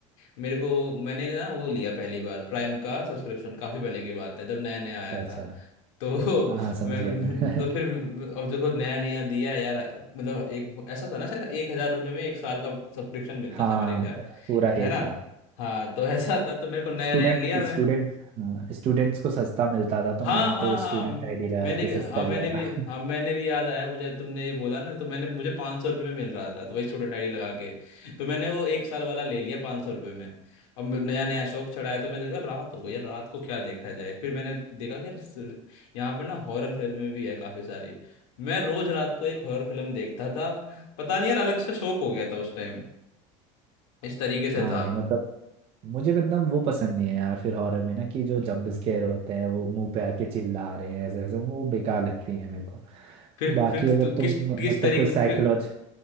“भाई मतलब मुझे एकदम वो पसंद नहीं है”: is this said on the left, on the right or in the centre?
Right